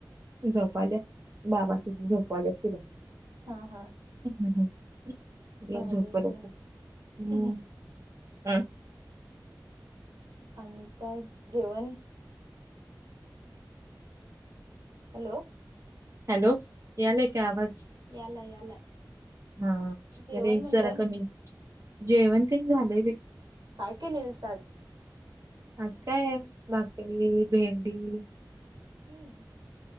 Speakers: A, on the right; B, on the right.
A: झोप आल्या बाबा तुम्ही झोपा वर तीघं.
B: हा हा.
A: <unintelligible>
B: भारी आहे मग आणि काय जेवण. हॅलो
A: हॅलो यायलाय की आवाज.
B: यालाय यालाय
A: हा
B: जेवण
A: रेंज
B: म्हणलं
A: जरा कमी जेवण तेन झालय बाई.
B: काय केलेलीस आज
A: आज काय आहे भाकरी भेंडी
B: हम्म